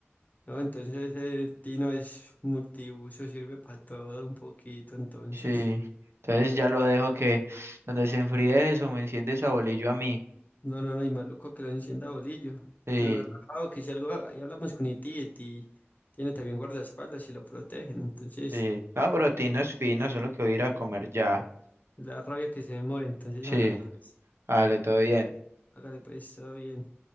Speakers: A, on the left (about 40°); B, on the right (about 70°).
A: No, entonces el Tino es multiuso, sirve para todo un poquito, entonces.
B: Sí. Entonces ya lo dejo que donde se enfríe eso, me enciende esa bolillo a mí.
A: No, no, no, y maluco que lo encienda bolillo.
B: Sí,
A: Pero relajado, que si algo, ahí hablamos con Iti, Iti tiene también guardaespaldas y lo protegen, entonces...
B: sí. Ah, pero Tino es
A: ya,
B: fino, solo que voy a ir a comer ya.
A: La rabia que se demore, entonces
B: Sí,
A: hágale pues.
B: vale, todo bien.
A: Hágale pues, todo bien.